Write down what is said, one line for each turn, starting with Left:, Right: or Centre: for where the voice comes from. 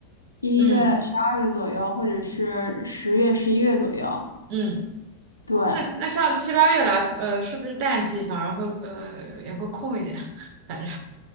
Left: 一月、
Right: 嗯
Left: 十二月左右，或者是十月、十一月左右。
Right: 嗯，
Left: 对，
Right: 那那像七八月来，呃，是不是淡季反而会呃也会空一点？<laughs> 反正，